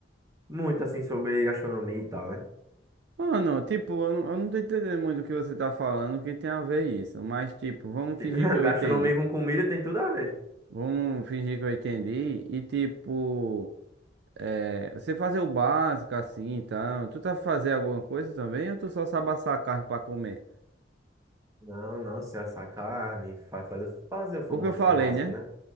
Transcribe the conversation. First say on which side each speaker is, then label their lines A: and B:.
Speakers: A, on the right; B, on the right.
A: muito assim sobre gastronomia e tal, né?
B: Mano, tipo, eu não, eu não tô entendendo muito o que você tá falando, o que tem a ver isso. Mas, tipo, vamos
A: Tem-
B: fingir
A: <laughs>
B: que eu
A: Gastronomia
B: entendi.
A: com comida tem tudo a ver.
B: Vamos fingir que eu entendi. E, tipo, é, você fazer o básico assim e tal. Tu tá fazer alguma coisa também ou tu só sabe assar a carne pra comer?
A: Não, não, se assar carne, fa- fazer, fazer o famoso
B: O que eu falei,
A: churrasco,
B: né?
A: né?